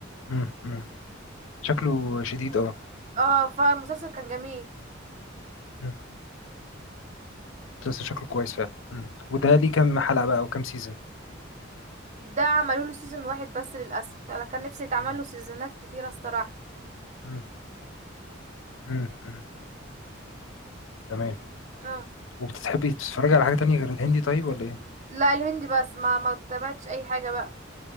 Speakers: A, on the left; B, on the right.
A: مم. مم. شكله شديد اه
B: اه فالمسلسل كان جميل
A: مم. مسلسل شكله كويس فعلا مم. وده ليه كام حلقة بقى وكام سيزون
B: ده عملوا له سيزون واحد بس للاسف انا كان نفسي يتعمل
A: مم.
B: له سيزونات كتيره الصراحه
A: مم. مم. مم. تمام
B: اه
A: وبتحبي تتفرجي على حاجة تانية غير الهندي طيب ولا ايه؟
B: لا الهندي بس ما ما تابعتش اي حاجه بقى